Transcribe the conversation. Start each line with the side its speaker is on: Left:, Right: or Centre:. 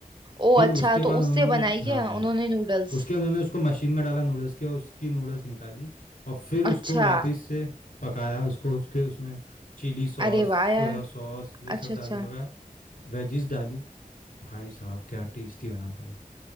Right: ओ
Left: फिर
Right: अच्छा
Left: उसके बाद
Right: तो उससे
Left: उन्होंने
Right: बनाई क्या
Left: हाँ
Right: उन्होंने नूडल्स
Left: उसके बाद उन्होंने उसको मशीन में डाला नूडल्स के और उसकी नूडल्स निकाली और फिर उसको
Right: अच्छा
Left: वापस से पकाया उसको उसके उसमें चिली सॉस
Right: अरे वाह यार
Left: सोया सॉस ये सब
Right: अच्छा
Left: डाल
Right: अच्छा
Left: के पकाया वेजिस डाली भाई साहब क्या टेस्टी बना था वो